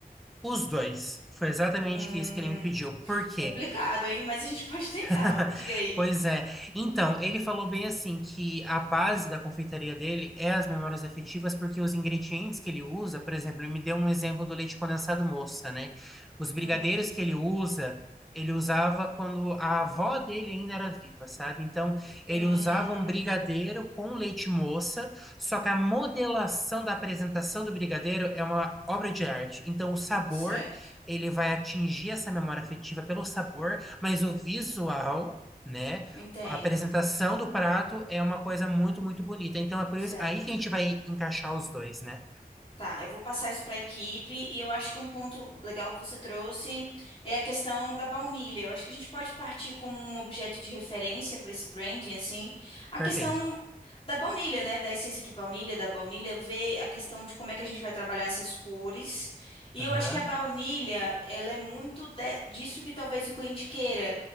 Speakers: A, in the centre; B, on the left.
A: Os dois. Foi exatamente
B: Hum,
A: isso que ele me pediu. Por quê?
B: complicado, hein? Mas a gente <laughs> pode tentar.
A: <laughs>
B: ó. Diga aí.
A: Pois é. Então, ele falou bem assim que a base da confeitaria dele é as memórias afetivas, porque os ingredientes que ele usa, por exemplo, ele me deu um exemplo do leite condensado moça, né? Os brigadeiros
B: Hum,
A: que ele usa, ele usava quando a avó dele ainda era viva, sabe? Então,
B: hum,
A: ele usava um brigadeiro com leite moça, só que a modelação da apresentação do brigadeiro é uma obra de arte. Então, o sabor,
B: certo.
A: ele vai atingir essa memória afetiva pelo sabor. Mas o visual, né?
B: Entendo.
A: A apresentação do prato é uma coisa muito, muito bonita. Então é por
B: Certo.
A: isso aí que a gente vai encaixar os dois, né?
B: Tá, eu vou passar isso para a equipe e eu acho que um ponto legal que você trouxe é a questão da baunilha. Eu acho que a gente pode partir como um objeto de referência para esse branding, assim, a
A: Perfeito.
B: questão da baunilha, né? Da essência de baunilha, da baunilha, ver a questão de como é que a gente vai trabalhar essas cores. E
A: Aham.
B: eu acho que a baunilha, ela é muito de- disso que talvez o cliente queira.